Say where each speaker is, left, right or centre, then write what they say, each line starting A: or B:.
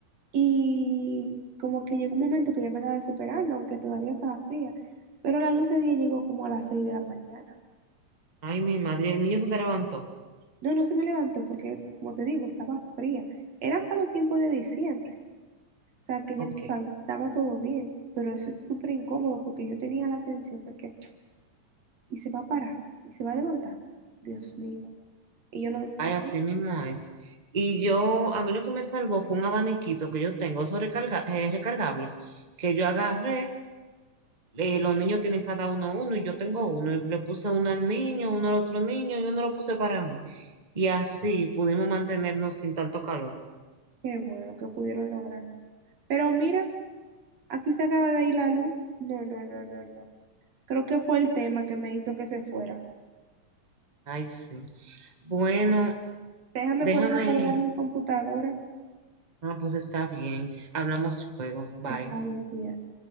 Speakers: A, on the right; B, on the right.
A: y como que llegó un momento que ya me estaba desesperando, aunque todavía estaba fría, pero la luz ese día llegó como a las 6 de la mañana.
B: Ay, mi madre, el niño se te levantó.
A: No, no se me levantó porque, como te digo, estaba fría. Eran para los tiempos de diciembre, o sea que ya
B: Ok.
A: tú sabes, estaba todo bien, pero eso es súper incómodo porque yo tenía la tensión de que, <tsk> y se va a parar, y se va a levantar, Dios mío, y yo no descansé.
B: Ay, así mismo es. Y yo, a mí lo que me salvó fue un abaniquito que yo tengo, eso recarga, es recargable, que yo agarré, eh, los niños tienen cada uno uno y yo tengo uno, y le puse uno al niño, uno al otro niño y uno lo puse para mí. Y así pudimos mantenernos sin tanto calor.
A: Qué bueno que pudieron lograrlo. Pero mira, aquí se acaba de ir la luz. No, no, no, no, no. Creo que fue el tema que me hizo que se fuera.
B: Ay, sí. Bueno,
A: Déjame
B: déjame
A: poner a cargar mi computadora.
B: Ah, pues está bien. Hablamos luego. Bye.
A: Está bien, cuídate.